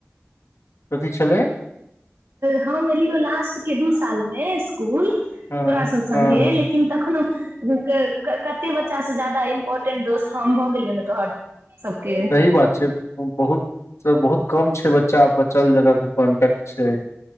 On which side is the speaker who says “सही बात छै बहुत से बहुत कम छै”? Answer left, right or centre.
Left